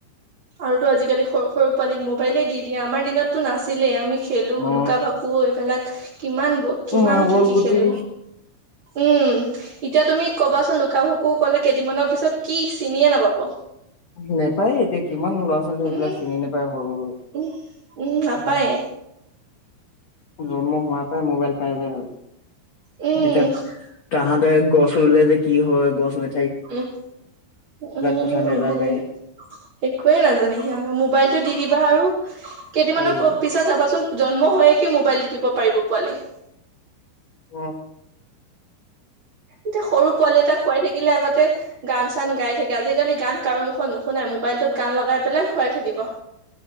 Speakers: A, on the right (about 35°); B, on the left (about 75°).
A: আৰুটো আজিকালি সৰু সৰু পোৱালীক মোবাইলে দি দিয়ে আমাৰ দিনতটো নাছিলেই আমি খেলো
B: অ
A: লুকা ভাকু এইবিলাক কিমান ব কিমান
B: মাৰ্বল
A: কি কি
B: গুটি
A: খেলো উম এতিয়া তুমি কবাচোন লুকা ভকু কলে কেইদিনমানৰ পিছত কি চিনিয়ে নাপাব
B: নোপায় এতিয়া কিমান ল'ৰা ছোৱালী
A: উম
B: সেইবিলাক চিনি নোপায় সৰু সৰু
A: উম উম নাপায়
B: জন্ম হোৱা প মোবাইল পাই যায়
A: উম
B: এতিয়া তাহাঁতে গছ ৰুলে যে কি হয় গছ নে
A: উম উম
B: কথা নেজানে
A: এইফালে একয়ে নাজানে সিহঁত মোবাইলতটো দি দিবা আৰু কেইদিনমানৰ
B: হৈ গ'ল
A: পিছত যাবাচোন জন্ম হয়য়ে কিে মোবাইল দপিব পাৰিব পোৱালি
B: অ
A: এতিয়া সৰু পোৱালি এটা খোৱাই থাকে থিলে আগতে গান চান গাই থাকে আজিকালি গান কাৰো মুখত নুশুনাই মোবাইলটোত গান লগাই পেলাই খুৱাই থাকিব